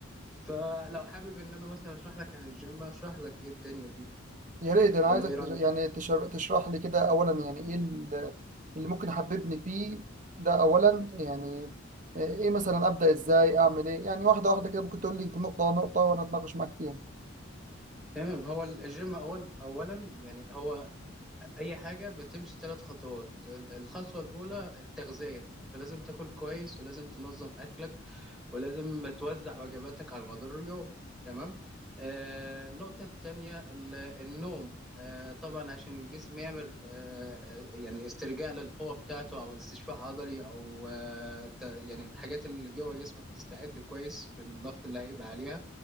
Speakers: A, in the centre; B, on the right (about 40°).
A: فلو حابب ان انا مثلا اشرح لك عن الجيم اشرح لك ايه الدنيا فيه
B: يا ريت انا عايزك
A: ولا ايه
B: تش...
A: رايك
B: يعني تشر... تشرح لي كده اولا يعني ايه ال- اللي ممكن يحببني فيه ده اولا يعني ايه مثلا ابدا ازاي اعمل ايه يعني واحده واحده كده ممكن تقول لي نقطه نقطه وانا اتناقش معاك فيها
A: تمام هو الجيم <laughs> اول اولا يعني هو اي حاجه بتمشي ثلاث خطوات ال- الخطوه الاولى التغذيه فلازم تاكل كويس ولازم تنظم اكلك ولازم توزع وجباتك على مدار اليوم تمام آه النقطة التانية ال- النوم آه طبعا عشان الجسم يعمل آه يعني استرجاع للقوة بتاعته أو استشفاء عضلي أو آه ت- يعني الحاجات اللي جوه جسمك تستعد كويس للضغط اللي هيبقى عليها